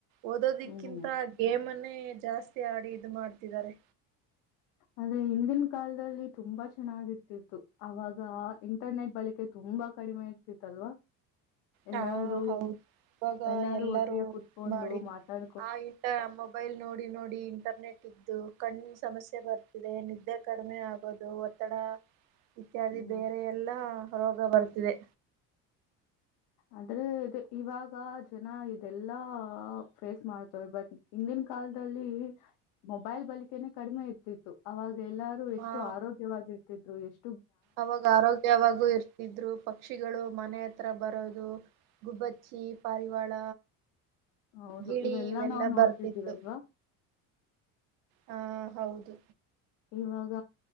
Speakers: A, on the right (about 75°); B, on the left (about 80°).
A: ಓದೋದಿಕ್ಕಿಂತ
B: ಹ್ಮ್
A: ಗೇಮುನ್ ನ್ನೆ ಜಾಸ್ತಿ ಆಡಿ ಇದ್ ಮಾಡ್ತಿದ್ದಾರೆ.
B: ಆದ್ರೆ ಹಿಂದಿನ ಕಾಲದಲ್ಲಿ ತುಂಬಾ ಚೆನ್ನಾಗಿರ್ತಿತ್ತು ಆವಾಗ ಇಂಟರ್ನೆಟ್ ಬಳಕೆ ತುಂಬಾ ಕಡಿಮೆ ಇರ್ತಿತ್ತಲ್ವಾ. ಎಲ್ಲಾರೂ
A: ಹಾ ಹೌದು ಇವಾಗ
B: ಎಲ್ಲಾರು
A: ಎಲ್ಲರೂ
B: ಒಟ್ಟಿಗೆ ಕುೂತ್ಕೊಂಡು
A: ಇದ್ ಮಾಡಿ
B: ಮಾತಾಡ್
A: ಆ ಇಂಟ ಮೊಬೈಲ್ ನೋಡಿ ನೋಡಿ ಇಂಟರ್ನೆಟ್ ಇದ್ದು ಕಣ್ಣಿನ್ ಸಮಸ್ಯೆ ಬರ್ತಿದೆ ನಿದ್ದೆ ಕಡಿಮೆ ಆಗೋದು ಒತ್ತಡ ಇತ್ಯಾದಿ
B: ಹ್ಮ್
A: ಬೇರೆ ಎಲ್ಲಾ ರೋಗ ಬರ್ತಿದೆ.
B: ಆದ್ರೆ ಇದೆ ಇವಾಗ ಜನ ಇದೆಲ್ಲಾ ಫೇಸ್ ಮಾಡ್ತವ್ರೆ ಬಟ್ ಇಂದಿನ್ ಕಾಲದಲ್ಲಿ ಮೊಬೈಲ್ ಬಳಿಕೆನೆ ಕಡಿಮೆ ಇರ್ತಿತ್ತು ಅವಾಗ್ ಎಲ್ಲಾರು ಎಷ್ಟು
A: ಆ
B: ಆರೋಗ್ಯವಾಗಿರ್ತಿದ್ರು ಎಷ್
A: ಅವಾಗ ಆರೋಗ್ಯವಾಗೂ ಇರ್ತಿದ್ರು ಪಕ್ಷಿಗಳು ಮನೆ ಹತ್ರ ಬರೋದು ಗುಬ್ಬಚ್ಚಿ ಪಾರಿವಾಳ
B: ಹೌದು
A: ಗಿಳಿ
B: ಇವೆಲ್ಲಾ ನಾವು ನೋಡ್ತಿದ್ದೀವ್
A: ಬರ್ತಿತ್ತು
B: ಅಲ್ವ.
A: ಹಾ ಹೌದು
B: ಇವಾಗ